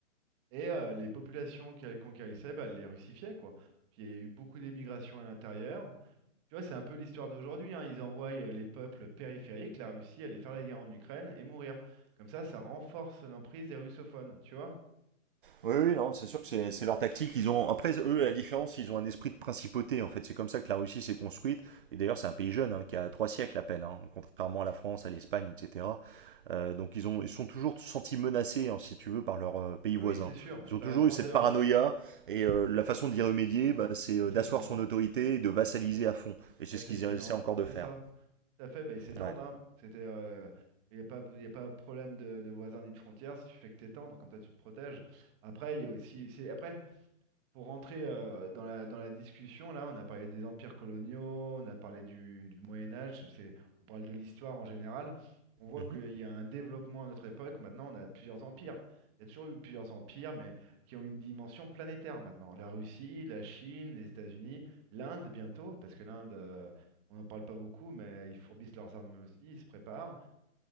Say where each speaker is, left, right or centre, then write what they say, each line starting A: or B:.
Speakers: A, on the right (about 20°); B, on the right (about 45°).
A: et euh, les populations qu'elle conquérissait, bah, elle les russifiait, quoi. Puis il y a eu beaucoup d'émigration à l'intérieur. Tu vois, c'est un peu l'histoire d'aujourd'hui, hein. Ils envoient euh, les peuples périphériques, la Russie, aller faire la guerre en Ukraine et mourir. Comme ça, ça renforce l'emprise des russophones, tu vois?
B: Oui, oui, non, c'est sûr que c'est c'est leur tactique. Ils ont, après, eux, la différence, ils ont un esprit de principauté, en fait. C'est comme ça que la Russie s'est construite. Et d'ailleurs, c'est un pays jeune, hein, qui a trois siècles à peine, hein, contrairement à la France, à l'Espagne, etc. Euh, donc, ils, ont, ils sont toujours sentis menacés, hein, si tu veux, par leurs euh, pays
A: Oui,
B: voisins.
A: oui, c'est sûr. Enfin,
B: Ils ont toujours
A: la grandeur,
B: eu cette paranoïa, et euh, la façon d'y remédier, bah, c'est
A: c'est
B: euh,
A: de s'étendre.
B: d'asseoir son autorité et de vassaliser à fond. Et c'est
A: Bah,
B: ce
A: c'est
B: qu'ils
A: de s'étendre,
B: essaient encore de
A: c'est
B: faire.
A: ça. Tout à fait, bah, ils s'étendent,
B: Ouais.
A: hein. C'était, euh, il n'y a pas, y a pas problème de, de voisins ni de frontières si tu fais que t'étendre, comme ça tu te protèges. Après, il y a aussi, c'est, après, Pour rentrer euh, dans la, dans la discussion, là, on a parlé des empires coloniaux, on a parlé du, du Moyen Âge, c'est, on parle de l'histoire en général. On voit
B: Mhm.
A: qu'il y a un développement à notre époque. Maintenant, on a plusieurs empires. Il y a toujours eu plusieurs empires, mais qui ont une dimension planétaire maintenant. La Russie, la Chine, les États-Unis, l'Inde bientôt, parce que l'Inde, euh, on n'en parle pas beaucoup, mais ils fourbissent leurs armes aussi, ils se préparent.